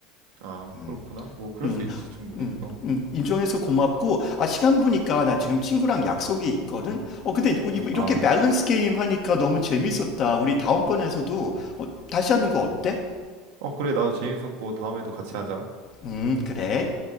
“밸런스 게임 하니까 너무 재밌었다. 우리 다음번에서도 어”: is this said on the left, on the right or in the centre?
Left